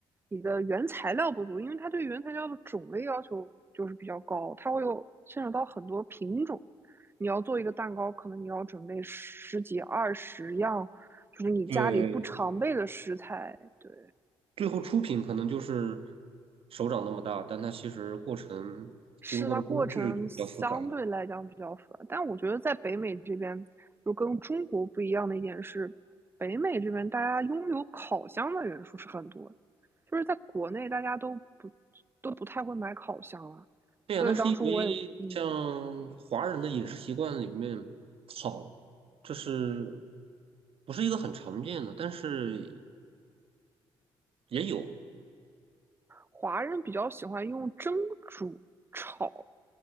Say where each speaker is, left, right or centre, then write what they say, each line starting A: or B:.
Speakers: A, on the right (about 20°); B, on the right (about 60°).
A: 你的原材料不足，因为它对原材料的种类要求就是比较高，它会有牵扯到很多品种。你要做一个蛋糕，可能你要准备十几二十样，就是你家里不常备的食材。
B: 对，
A: 对，
B: 最后出品可能就是手掌那么大，但它其实过程经过的工序比较复杂。
A: 试的过程相对来讲比较复杂，但我觉得在北美这边，就跟中国不一样的一点是，北美这边大家拥有烤箱的人数是很多的就是在国内大家都不都不太会买烤箱了，
B: 对呀，
A: 所以当初我也嗯，
B: 那是因为像华人的饮食习惯里面，烤这是不是一个很常见的，但是也有。
A: 华人比较喜欢用蒸、煮、炒，